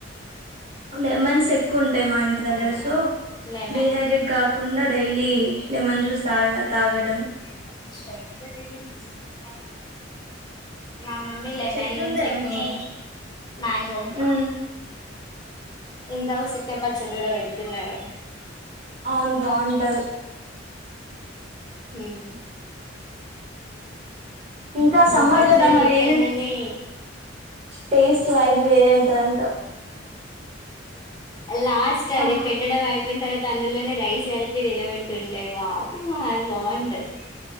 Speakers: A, on the right; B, on the left.
A: లెమన్స్ తె కుండ్ మా ఇంటి దగ్గర
B: అవును
A: సో
B: లెమన్
A: డిహైడ్రేట్గా కాకుండా డైలీ లెమన్ జ్యూస్ తా తాగట్
B: <unintelligible> మా మమ్మీ లెమన్
A: చెట్లుంటాయా
B: చట్నీ
A: మీ సైడ్
B: మ్యాంగో
A: ఉమ్
B: ఇంగా ఊసరికాయ పచ్చడి గూడా పెడుతున్నారు
A: అవును బాంటది
B: హ్మ్
A: ఇంకా
B: అసలు
A: సమ్మర్
B: పచ్చడి
A: కదా మరి
B: పెట్టంగానే
A: ఏమేమ్ టేస్ట్ వైపు వేరే ఉంటదింటూ
B: ఆ లాస్ట్
A: సం
B: అది పెట్టడం అయిపోయిన తర్వాత అందులోనే రైస్ కలిపి తీనబడుతుంది. అంటే బా అది బావుంటది